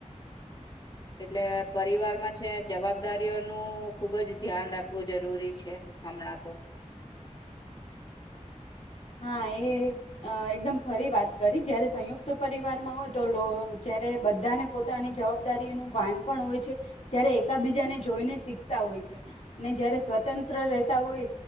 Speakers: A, on the left; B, on the left.
A: એટલે પરિવારમાં છે જવાબદારીઓનું ખુબ જ ધ્યાન રાખવું જરૂરી છે હમણાં તો.
B: હા એ એકદમ ખરી વાત કરી જયારે સંયુક્ત પરિવારમાં હોય તો જ્યારે બધાને પોતાની જવાબદારીનું ભાન પણ હોય છે જ્યારે એકાબીજાને જોઈને શીખતા હોય છે ને જયારે સ્વતંત્ર રહેતા હોય